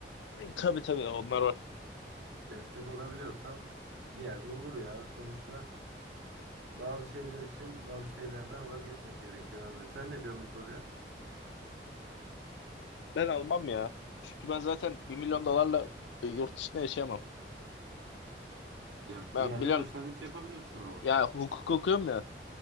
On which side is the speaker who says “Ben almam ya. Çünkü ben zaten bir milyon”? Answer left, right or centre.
Left